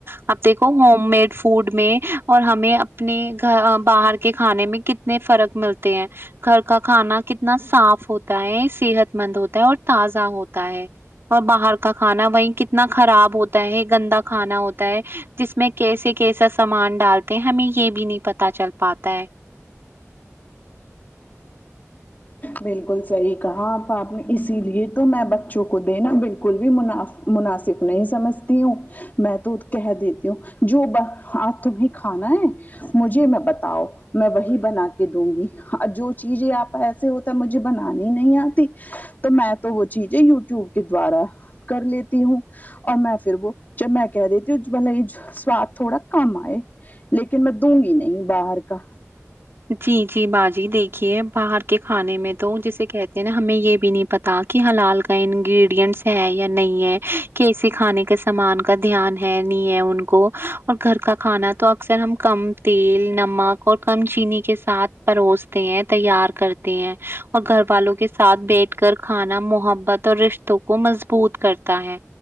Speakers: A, on the right; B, on the left.
A: اب دیکھو ہوم میڈ فوڈ میں اور ہمیں اپنے گھر باہر کے کھانے میں کتنے فرق ملتے ہیں گھر کا کھانا کتنا صاف ہوتا ہے صحت مند ہوتا ہے اور تازہ ہوتا ہے اور باہر کا کھانا وہیں کتنا خراب ہوتا ہے گندا کھانا ہوتا ہے جس میں کیسے کیسا سامان ڈالتے ہیں ہمیں یہ بھی نہیں پتا چل پاتا ہے
B: بالکل ساہی کہا آپ آپ نے اسی لیے تو میں بچوں کو دینا بالکل بھی مناف مناسب نہیں سمجھتی ہوں میں تو کہہ دیتی ہوں اج تمہیں کھانا ہے مجھے میں بتاؤ میں وہی بنا کے دوں گی جو چیزیں آپ ایسے ہوتا ہے مجھے بنانی نہیں آتی تو میں تو وہ چیزیں یو ٹیوب کے دوارا کر لیتی ہوں اور میں پھر وہ جب میں کہہ دتی ہو سواد تھوڑا کم آئے لیکن میں دوں گی نہیں باہر کا
A: جی جی باجی دیکھیے باہر کے کھانے میں تو جسے کہتے ہیں نا ہمیں یہ بھی نہیں پتا کہ حلال کا انگریڈینٹس ہے یا نہیں ہے کیسے کھانے کا سامان کا دھیان ہے نہیں ہے ان کو اور گھر کا کھانا تو اکثر ہم کم تیل نمک اور کم چینی کے ساتھ پروستے ہیں تیار کرتے ہیں اور گھر والوں کے ساتھ بیٹھ کر کھانا محبت اور رشتوں کو مضبوط کرتا ہے